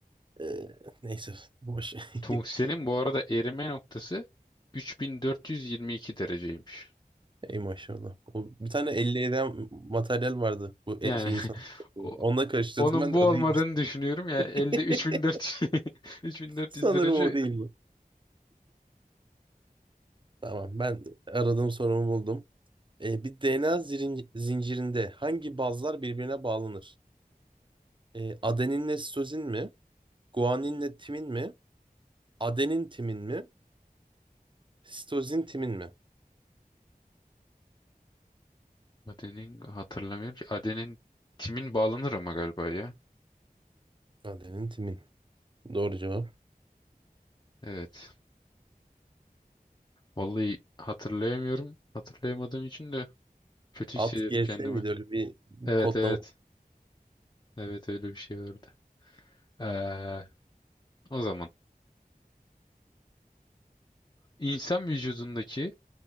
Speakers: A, on the right (about 30°); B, on the left (about 30°).
A: Ee, neyse, boş.
B: Tungstenin
A: <laughs>
B: bu arada erime noktası 3422 dereceymiş.
A: Ey maşallah. O, bir tane elli eden materyal vardı bu e-
B: Yani
A: şey
B: <laughs>
A: insan.
B: o-
A: Onunla karıştırdım
B: onun
A: ben
B: bu
A: de o
B: olmadığını
A: değilmiş.
B: düşünüyorum ya elde
A: <laughs>
B: 3400 3400
A: Sanırım
B: <laughs> derece
A: o değil bu. Tamam ben aradığım sorumu buldum. E, bir DNA zirin- zincirinde hangi bazlar birbirine bağlanır? E, adeninle sitozin mi? Guaninle timin mi? Adenin timin mi? Sitozin timin mi?
B: Adenin hatırlamıyorum ki. Adenin timin bağlanır ama galiba ya.
A: Adenin timin. Doğru cevap.
B: Evet. Vallahi hatırlayamıyorum. Hatırlayamadığım için de kötü
A: At
B: hissediyorum
A: gelse
B: kendimi.
A: miydi öyle bir
B: Evet
A: kodlama?
B: evet. Evet öyle bir şey vardı. Ee, o zaman insan vücudundaki